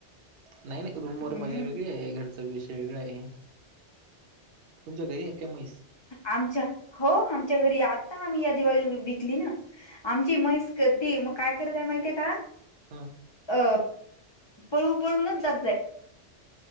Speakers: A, on the right; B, on the left.
A: नाही नाही रूमवरर
B: हम्म
A: मजा वेगळी आहे, घरचा विषय वेगळा आहे. तुमच्या घरी आहे काय म्हैस?
B: आमच्या हो आमच्या घरी आता आम्ही दिवाळी विकली ना आमची मैस ती मग काय करतय माहितीये का
A: हं
B: अं पळू पळूनच जात जाय